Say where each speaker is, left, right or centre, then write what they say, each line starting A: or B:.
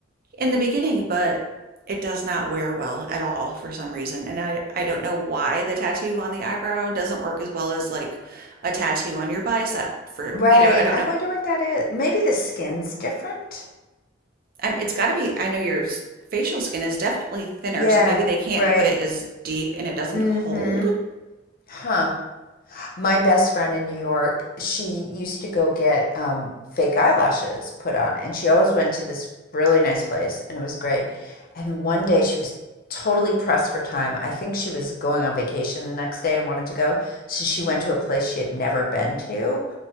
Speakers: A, on the right; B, on the left.
A: in the beginning, but it does not wear well at all for some reason. And I, I don't know why the tattoo on the eyebrow doesn't work as well as like a tattoo on your bicep for,
B: Right.
A: you know, I don't
B: I
A: know.
B: wonder what that is. Maybe the skin's different.
A: I'm, it's got to be, I know your facial skin is definitely thinner,
B: Yeah,
A: so maybe they can't
B: right.
A: put it as deep and it doesn't
B: Mm-hmm.
A: hold. <gasps>
B: Huh. My best friend in New York, she used to go get um fake eyelashes put on, and she always went to this really nice place, and it was great. And then one day she was totally pressed for time. I think she was going on vacation the next day and wanted to go. So she went to a place she had never been to,